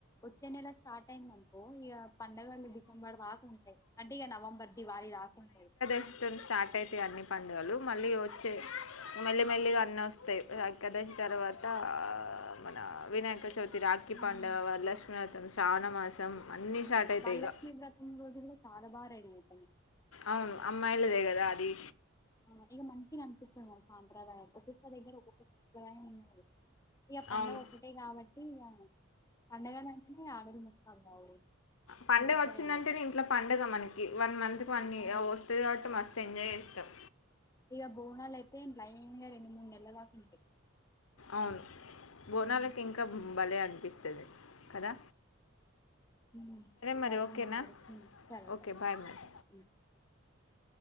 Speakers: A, on the left (about 15°); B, on the left (about 85°).
A: వచ్చే నెల స్టార్ట్ అయింది ఇక పండుగలు డిసెంబర్ దాకుంటాయి అంటే ఇక నవంబర్ దివాళి దాకుంటది
B: దశి తోని స్టార్ట్ అయితాయి అన్ని పండుగలు మళ్లీ వచ్చే మళ్ళీ మెల్లగా అన్నీ వస్తాయి ఏకాదశి తర్వాత మన వినాయక చవి తి రాకిీ
A: హ్మ్
B: పండగ వరలక్ష్మి వ్రతం శ్రావణ మాసం అన్నీ స్టార్ట్ అవుతాయి
A: వరలక్ష్మి
B: ఇక
A: వ్రతం రోజు కూడా చాలా బాగా రెడి అయితం
B: అవును అమ్మాయిలదే కదా అది
A: ఆ ఇగా మంచిగా అనిపిస్తుంది మన సాంప్రదాయం ఒక్కొక్క దగ్గర ఒక్కొక్క సాంప్రదాయం ఉన్నాయి కదా ఇక పడుగ
B: అవును
A: ఒకటే కాబట్టి ఇక పండగలు అంటేనే ఆడలు ముస్తం కావుడు
B: పండగ
A: మంచిగా
B: వచ్చిందంటేనే
A: రెడీ అవుతాం
B: ఇంట్లో పండగ మనకి వన్ మంత్ కి వన్ ఇ
A: ఆ
B: వస్తుంది కాబట్టి మస్తు ఎంజాయ్ చేస్తాం
A: ఇగ బోనాలు అయితే <unintelligible> రెండు మూడు నెల దాకా ఉంటాయి
B: అవును బోనాలకి
A: ఉమ్.
B: ఇంకా భలే అనిపిస్తది కదా
A: ఉ సరే
B: మరి ఓకేనా
A: అండి మరి ఉ సరే
B: ఓకే
A: సరి
B: బాయ్ మరి
A: ఉ